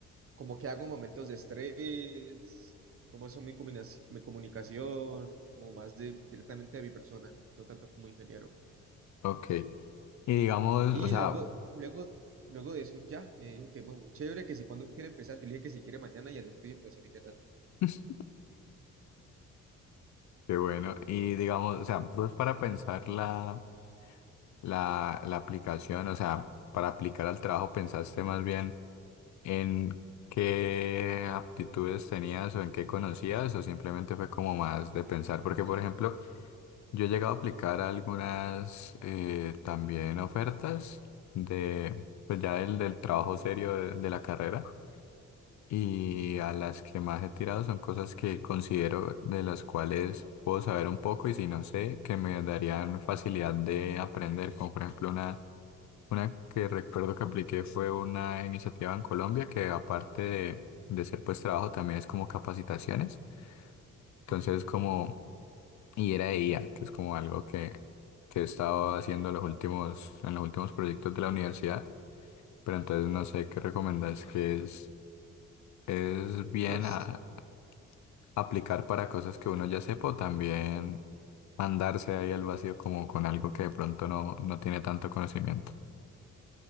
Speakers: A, on the right; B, on the left.
A: como que hago en momentos de estrés, cómo son mi, combinaci- mi comunicación, como más de, directamente de mi persona, no tanto como ingeniero.
B: ok. Y digamos,
A: Y
B: o sea,
A: luego, luego, luego de eso ya me dijo que bueno, muy chévere, que si cuando quiere empezar, yo le dije que si quiere mañana y al otro día empecé literal.
B: <laughs> qué bueno. Y digamos, o sea, vos para pensar la, la, la aplicación, o sea, para aplicar al trabajo, ¿pensaste más bien en qué aptitudes tenías o en qué conocías o simplemente fue como más de pensar? Porque, por ejemplo, Yo he llegado a aplicar algunas eh, también ofertas de, pues ya del, del trabajo serio de, de la carrera y a las que más he tirado son cosas que considero de las cuales puedo saber un poco y si no sé, que me darían facilidad de aprender, como por ejemplo una, una que recuerdo que apliqué fue una iniciativa en Colombia que aparte de, de ser pues trabajo también es como capacitaciones. Entonces,
A: Ujú.
B: como y era IA, que es como algo que, que he estado haciendo los últimos, en los últimos proyectos de la universidad, pero entonces no sé qué recomendás que es, es bien
A: Pues
B: a- aplicar para cosas que uno ya sepa o también mandarse ahí al vacío como con algo que de pronto no, no tiene tanto conocimiento.